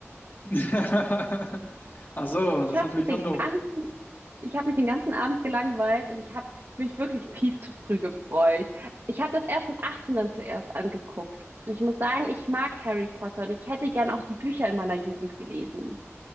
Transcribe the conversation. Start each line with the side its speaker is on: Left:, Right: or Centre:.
Left: <laughs> Ach so,
Right: Ich
Left: das
Right: habe
Left: ist natürlich
Right: mich den
Left: dann doof.
Right: ganzen, ich habe mich den ganzen Abend gelangweilt und ich habe mich wirklich viel zu früh gefreut. Ich habe das erst mit 18 dann zuerst angeguckt. Und ich muss sagen, ich mag Harry Potter und ich hätte gern auch die Bücher in meiner Jugend gelesen.